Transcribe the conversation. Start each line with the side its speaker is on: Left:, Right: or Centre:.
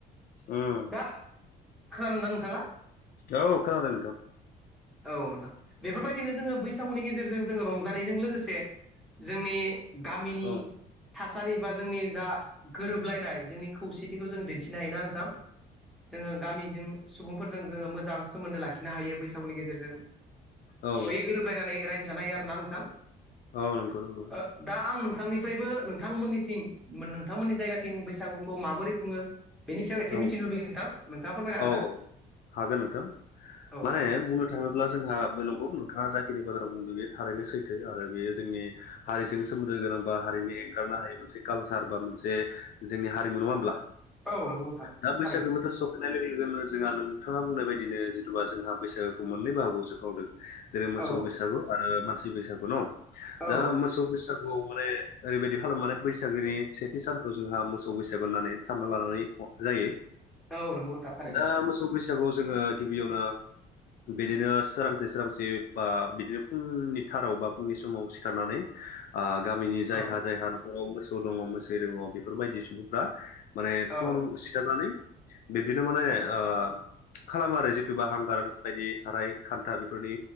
Left: उम
Centre: हाब खोनादों ना नोंथाङा
Left: औ खोनादों नोंथां
Centre: औ नोंथां बेफोरबायदिनो जोङो बैसागुनि गेजेरजों जोङो रंजानायजों लोगोसे जोंनि गामिनि
Left: औ
Centre: थासारि बा जोंनि जा गोरोबलायनाय जोंनि खौसेथिखौ जों दिन्थिनो हायोना नोंथां जोङो गामिजों सुबुंफोरजों जोङो मोजां सोमोन्दो लाखिनो हायो बैसागुनि गेजेरजों गेजेरजों
Left: औ
Centre: जयै गोरोबलायनानै रायजो जानायायो आरोना नोंथां
Left: औ नंगौ नंगौ
Centre: ओ दा आं नोंथांनिफ्रायबो नोंथांमोननिसिं नोंथांमोननि जायगाथिं बैसागुखौ माबोरै बुङ बेनिायाव एसे
Left: औ
Centre: मिथिनो लुबैयो नोंथां नोंथाङा फोरमायनो हागोन
Left: औ
Centre: ना
Left: औ हागोन नोंथां
Centre: औ
Left: माने
Centre: नोंथां
Left: बुंनो थाङोब्ला जोंहा बय नंगौ नोंथ <unintelligible> जाखिनि बाजाराव बुंदों बेयो थारैनो सैथो आरो बेयो जोंनि हारिजों सोमोन्दो गोनांबा हारिनि एंगार ह मोनसे कालसार बा मोनसे जोंनि हारिमु नङा होमब्ला
Centre: औ नंगौ नोंथां थारैनोसै
Left: दा बैसागो बोथोर सफैनाय लोगो लोगोनो जोंहा नोंथाङा बुंनाय बायदिनो जिथुुबा जोंहा बैसागोखौ मोननै बाहागोआवसो खावदों जेरै मोसौ
Centre: औ
Left: बैसागु आरो मानसि बैसागु न
Centre: औ
Left: दा मोसौ बैसागु माने ओरैबायदि खालामो माने बैसागोनि सेथि सानखौ जोंहा मोसौ बैसागु होननानै सानना लानानै जायो
Centre: औ नंगौ नोंथां थारैनो
Left: दा मोसौ बैसागआव जोङो गिबियावनो बिदिनो सोरांसे सोरांसे बा बिदिनो फुंनि थाराव बा फुंनि समाव सिखारनानै गामिनि जायहा
Centre: औ
Left: जायहा न'खराव मोसौ दङ मोसौ दङ बेफोरबायदि सुबुंफ्रा माने
Centre: औ
Left: फुङाव सिखारनानै बिबदिनो माने ओ खालामो आरो जिथुुबा हांगार बायदि साराय खानथा बेफोरनि